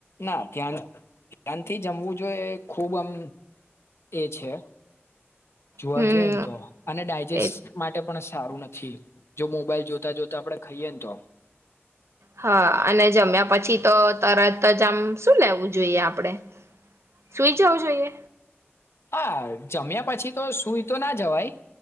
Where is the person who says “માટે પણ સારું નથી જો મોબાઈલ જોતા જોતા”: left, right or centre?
Left